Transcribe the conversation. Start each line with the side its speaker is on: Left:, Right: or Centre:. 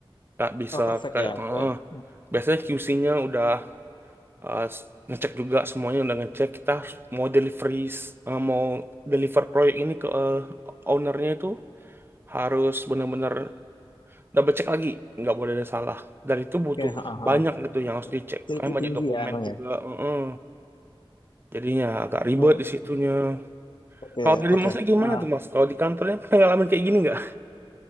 Right: Gak bisa
Left: Oh, perfect
Right: kayak,
Left: ya. Oke.
Right: "Ah." biasanya QC-nya udah uh, s- ngecek juga semuanya udah ngecek. Kita harus mau delivery, mau deliver proyek ini ke uh, ownernya itu harus benar-benar double check lagi nggak boleh ada salah dan itu
Left: Oke,
Right: butuh
Left: heeh, heeh.
Right: banyak gitu yang harus dicek
Left: Teliti
Right: karena banyak
Left: tinggi
Right: dokumen
Left: ya emang
Right: juga
Left: ya.
Right: heeh. jadinya agak ribet
Left: Hmm.
Right: di situnya
Left: Oke,
Right: kalau dari
Left: oke.
Right: masnya gimana
Left: Ah,
Right: tuh mas kalau di kantornya <laughs> pernah ngalamin kayak gini nggak